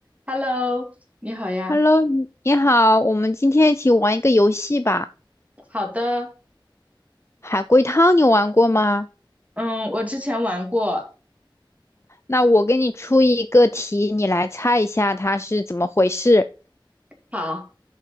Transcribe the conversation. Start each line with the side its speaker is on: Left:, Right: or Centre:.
Right: Hello，你好呀。
Left: Hello，你你好，我们今天一起玩一个游戏吧。
Right: 好的，
Left: 海龟汤你玩过吗？
Right: 嗯，我之前玩过。
Left: 那我给你出一个题，你来猜一下它是怎么回事。
Right: 好，